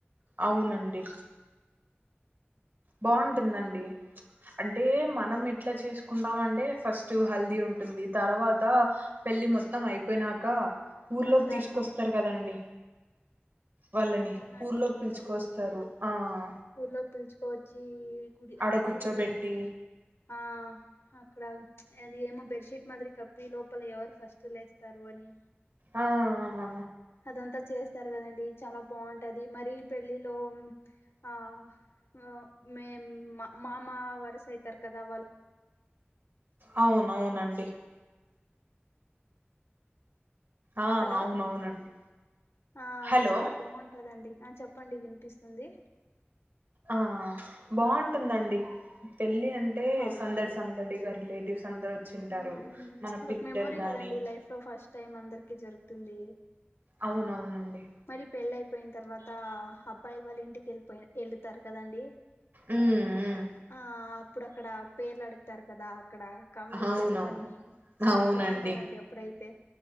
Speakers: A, on the right; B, on the left.
A: అవునండి బాగుంటుందండి అంటే మనం ఎట్లా చేసుకుంటామంటే ఫస్ట్ హల్దీ ఉంటుంది తర్వాత పెళ్లి మొత్తం అయిపోయినాక ఊర్లోకి
B: మన దాంట్లో
A: తీసుకొస్తారు కదండి వాళ్ళని
B: అవునండి
A: ఊర్లోకి
B: బాగుంటది
A: పిలుచుకొస్తారు ఆ ఆ
B: ఊర్లోకి పిలుచుకోవచ్చి గుడి
A: ఆడ
B: ఆ
A: కూర్చోబెట్టి
B: ఊరి ఆ అక్కడ ఉచ్ అది ఏమో బెడ్షీట్ మాదిరి కప్పి లోపల ఎవరు ఫస్ట్ లేస్తారు అని
A: ఆ ఆ ఆ
B: అదంతా చేస్తారు కదండి చాలా బావుంటది మరి పెళ్ళిలో ఆ మ్ మేం మా మామ వరుస అయితారు కదా వాళ్
A: అవును అవునండి ఆ
B: హలో
A: అవునవునండి
B: ఆ
A: హలో
B: చాలా బావుంటదండి ఆ చెప్పండి వినిపిస్తుంది
A: ఆ బావుటుందండి పెళ్ళి అం టే
B: అవునండి
A: సందడి సందడిగా రిలేటివ్స్ అందరు వచ్చింటారు
B: ఆ
A: మన
B: అదొక
A: పిల్లలు
B: మెమొరీ
A: గాని
B: కదండి లైఫ్ ఫస్ట్ టైమ్ అందరికి జరుగుతుంది
A: అవునవునండి
B: మరి పెళ్ళి అయిపోయిన తర్వాత అబ్బాయి వాళ్ళు ఇంటికి వెళ్ళిపోయి వెళ్ళుతారు కదండీ
A: ఉమ్ ఉమ్
B: ఆ అప్పుడు అక్కడ పేర్లు అడుగుతారు కదా అక్కడ కామెడీ
A: అవునవు
B: చేసుకొని చాలా
A: అవునండి
B: బావుంటందండి ఆప్పుడైతే